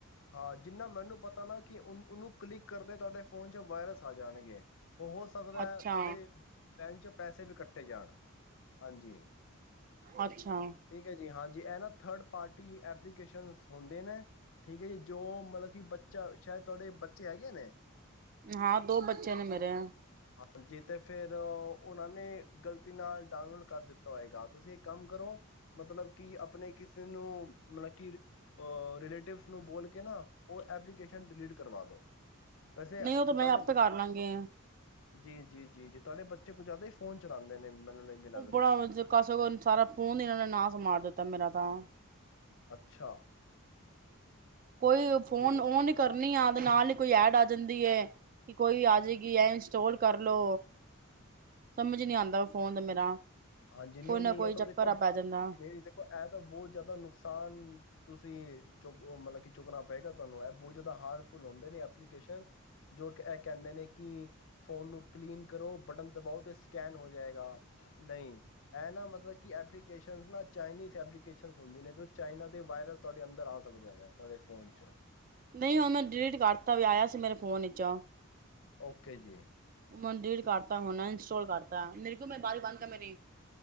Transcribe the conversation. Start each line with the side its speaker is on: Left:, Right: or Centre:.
Left: ਹਾਂ ਜਿੰਨਾ ਮੈਨੂੰ ਪਤਾ ਨਾ ਕਿ ਉਹਨੂੰ ਕਲਿੱਕ ਕਰਦੇ ਤੁਹਾਡੇ ਫੋਨ ਚ ਵਾਇਰਸ ਆ ਜਾਣਗੇ ਉਹ ਹੋ ਸਕਦਾ
Right: ਅੱਛਾ
Left: ਹੈ ਥਹਾੜੇ ਬੈਂਕ 'ਚ ਪੈਸੇ ਵੀ ਕੱਟੇ ਜਾਣ ਹਾਂਜੀ
Right: ਅੱਛਾ
Left: ਠੀਕ ਹੈ ਜੀ ਹਾਂਜੀ ਇਹ ਨਾ ਥਰਡ ਪਾਰਟੀ ਐਪਲੀਕੇਸ਼ਨ ਹੁੰਦੇ ਨੇ ਠੀਕ ਹੈ ਜੀ ਜੋ ਮਤਲਬ ਕਿ ਬੱਚਾ ਸ਼ਾਇਦ ਤੁਹਾਡੇ ਬੱਚੇ ਹੈਗੇ ਨੇ
Right: ਹਾਂ ਦੋ ਬੱਚੇ ਨੇ ਮੇਰੇ
Left: ਹਾਂਜੀ ਤੇ ਫਿਰ ਉਹਨਾਂ ਨੇ ਗ਼ਲਤੀ ਨਾਲ ਡਾਊਨਲੋਡ ਕਰ ਦਿੱਤਾ ਹੋਏਗਾ ਤੁਸੀਂ ਇੱਕ ਕੰਮ ਕਰੋ ਮਤਲਬ ਕਿ ਆਪਣੇ ਕਿਸੇ ਨੂੰ ਮਤਲਬ ਕਿ ਰਿਲੇਟਿਵਸ ਨੂੰ ਬੋਲ ਕੇ ਨਾ ਉਹ ਐਪਲੀਕੇਸ਼ਨ ਡਿਲੀਟ ਕਰਵਾ ਦੋ ਵੈਸੇ
Right: ਨਹੀਂ ਉਹ ਤਾਂ ਮੈਂ
Left: ਤੁਹਾਡੇ
Right: ਆਪੇ
Left: ਬੱਚੇ
Right: ਕਰ ਲਾਂਗੇ
Left: ਜੀ ਜੀ ਜੀ ਜੀ ਤੁਹਾਡੇ ਬੱਚੇ ਕੁਝ ਜ਼ਿਆਦਾ ਫੋਨ ਚਲਾਉਂਦੇ ਨੇ ਨਹੀਂ ਲੱਗ
Right: ਉਹ ਬੜਾ
Left: ਰਿਹਾ।
Right: ਕਸ਼ ਸਾਰਾ ਫੋਨ ਇਹਨਾਂ ਨੇ ਨਾਸ ਮਾਰ ਦਿੱਤਾ ਮੇਰਾ ਤਾਂ
Left: ਅੱਛਾ
Right: ਕੋਈ ਫੋਨ
Left: ਤੇ
Right: ਓਨ ਹੀ ਕਰਨੀ ਆ ਨਾਲ ਹੀ ਕੋਈ ਐਡ ਆ ਜਾਂਦੀ ਹੈ ਕਿ ਕੋਈ ਆ ਜਾਏਗੀ ਇਹ ਇੰਸਟਾਲ ਕਰਲੋ ਸਮਝ ਨੀ ਆਉਂਦਾ ਉਹ ਫੋਨ ਦਾ ਮੇਰਾ
Left: ਹਾਂਜੀ ਨਹੀਂ
Right: ਕੋਈ ਨਾ
Left: ਨਹੀਂ
Right: ਕੋਈ
Left: ਇਹ ਤਾਂ
Right: ਚੱਕਰ
Left: ਦੇਖੋ
Right: ਆ ਪੈ ਜਾਂਦਾ
Left: ਨਹੀਂ ਦੇਖੋ ਇਹ ਤਾਂ ਬਹੁਤ ਜ਼ਿਆਦਾ ਨੁਕਸਾਨ ਤੁਸੀਂ ਚੁੱਕ ਮਤਲਬ ਕਿ ਚੁੱਕਣਾ ਪਏਗਾ ਤੁਹਾਨੂੰ ਇਹ ਬਹੁਤ ਜ਼ਿਆਦਾ ਹਾਰਮਫੁਲ ਹੁੰਦੇ ਨੇ ਐਪਲੀਕੇਸ਼ਨ ਜੋ ਕਿ ਇਹ ਕਹਿੰਦੇ ਨੇ ਕਿ ਫੋਨ ਨੂੰ ਕਲੀਨ ਕਰੋ ਬਟਨ ਦਬਾਓ ਤੇ ਸਕੈਨ ਹੋ ਜਾਏਗਾ ਨਹੀਂ ਇਹ ਨਾ ਮਤਲਬ ਕਿ ਐਪਲੀਕੇਸ਼ਨ ਨਾ ਚਾਈਨੀਜ਼ ਐਪਲੀਕੇ ਹੁੰਦੀ ਨੇ ਜੋ ਚਾਈਨਾ ਦੇ ਵਾਇਰਸ ਤੁਹਾਡੇ ਅੰਦਰ ਆ ਸਕਦੇ ਨੇ ਤੁਹਾਡੇ ਫੋਨ 'ਚ
Right: ਨਹੀਂ ਹ ਮੈਂ ਡਿਲੀਟ ਕਰਤਾ ਵੀ ਆਇਆ ਸੀ ਮੇਰੇ ਫੋਨ ਵਿਚੋਂ
Left: ਓਕੇ ਜੀ,
Right: ਮੰਡੀਰ ਕਰਤਾ ਉਹਨਾਂ ਨੇ ਟੋ ਕਰਤਾ ਨਿਰੂ ਮੈਂ ਬਾਹਰ ਬੰਦਦਾ ਮੇਰੀ